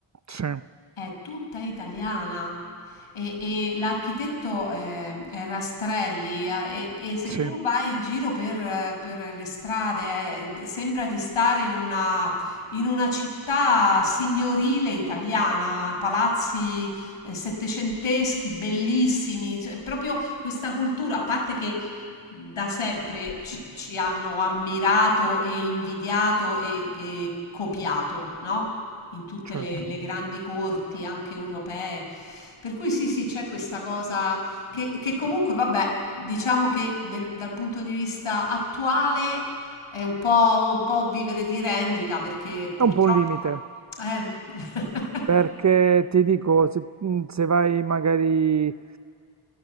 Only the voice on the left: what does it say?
È tutta italiana e, e l'architetto eh, è Rastrelli eh, e, e se
tu vai in giro per, eh, per le strade eh, sembra di stare in una, in una città signorile italiana, palazzi eh, settecenteschi bellissimi, cioè, è proprio questa cultura, a parte che da sempre ci, ci hanno ammirato e invidiato e, e copiato, no? in tutte
le, le grandi corti, anche europee. Per cui sì, sì, c'è questa cosa che, che comunque, vabbè, diciamo che nel- dal punto di vista attuale è un po', un po' vivere di rendita perché purtroppo...
Eh. <laughs>